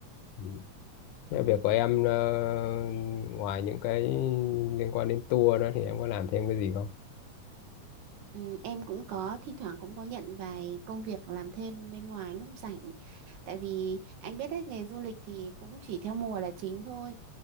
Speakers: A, on the left (about 80°); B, on the right (about 75°).
A: Ừ. Thế việc của em ờ, ngoài những cái liên quan đến tour đó thì em có làm thêm cái gì không?
B: Ừ, em cũng có thi thoảng cũng có nhận vài công việc làm thêm bên ngoài lúc rảnh Tại vì anh biết đấy, nghề du lịch thì cũng chỉ theo mùa là chính thôi.